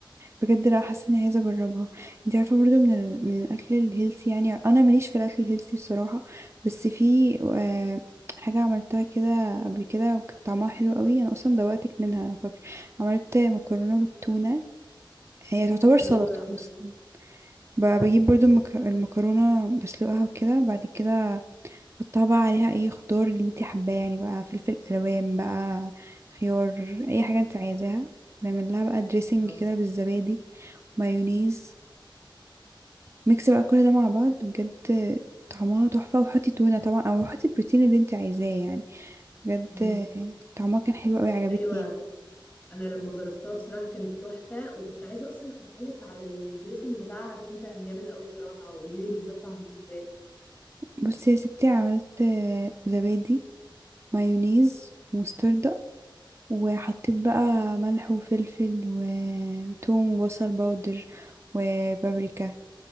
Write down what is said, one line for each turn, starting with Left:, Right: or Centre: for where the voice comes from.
Right: بجد لا حاسه اني عايزه اجربها انت عارفه برضه من ال... من الاكل الهيلثي يعني انا ماليش في الاكل الهيلثي الصراحه بس في آه... حاجه عملتها كده قبل كده وكانت طعمها حلو قوي انا اصلا دوقتك منها انا فاكره عملت مكرونه بالتونه هي تعتبر
Left: أيوة
Right: سلطه اصلا ب- بجيب برضو المك- المكرونة بسلقها وكده وبعد كده احطها بقى عليها اي خضار اللي انت حباه يعني بقى فلفل الوان بقى خيار اي حاجة انت عايزاها نعمل لها بقى دريسنج
Left: اه
Right: كده بالزبادي مايونيز ميكس بقى كل ده مع بعض بجد طعمها تحفة وحطي تونة طبعا او حطي البروتين اللي انت عايزاه يعني بجد
Left: أمم.
Right: طعمها كان حلو قوي عجبتني
Left: أيوة
Right: يعني
Left: أنا لما جربتها بصراحة كانت تحفة وكنت عايزة أصلا أسألك على الدريسنج بتاعها عشان كان جامد قوي بصراحة قولي لي بالظبط عملتيه ازاي
Right: بصي يا ستي عملت زبادي مايونيز مستردة وحطيت بقى ملح وفلفل وتوم وبصل باودر وبابريكا